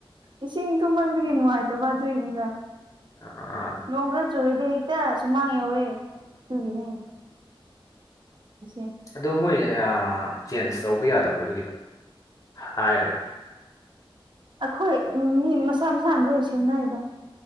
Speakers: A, on the right (about 55°); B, on the left (about 35°).
A: ꯏꯁꯤꯡ ꯊꯨꯝꯃꯟꯗꯕꯒꯤ ꯅꯨꯡꯉꯥꯏꯇꯕ ꯑꯗꯨꯏꯅꯤꯗ
B: ꯑꯥ
A: ꯅꯣꯡ ꯈ꯭ꯔ ꯆꯨꯔꯗꯤ ꯍꯦꯛꯇ ꯁꯨꯃꯥꯡ ꯌꯥꯧꯋꯦ ꯑꯗꯨꯒꯤꯅꯦ <unintelligible>
B: ꯑꯣ ꯃꯣꯏ ꯑ ꯆꯦꯟꯖ ꯇꯧꯕ ꯌꯥꯗꯕ꯭ꯔꯣ ꯑꯗꯨꯒꯤꯗꯣ ꯍꯥꯏꯔꯒ
A: ꯑꯩꯈꯣꯏ ꯃꯤ ꯃꯁꯥ ꯃꯁꯥꯅ ꯂꯣꯏ ꯁꯦꯝꯅꯩꯗ